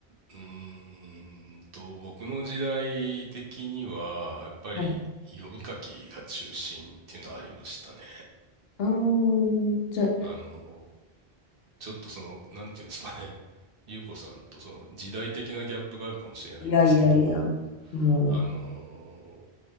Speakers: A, on the right; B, on the left.
A: うーんと、僕の時代的には、やっぱり読み書きが中心っていうのはありましたね。
B: はい。うーん、じゃ、
A: あの、ちょっとその、なんていうんですかね。ゆうこさんとその時代的なギャップがあるかもしれないんですけど、
B: いやいやいや、もう。
A: あの、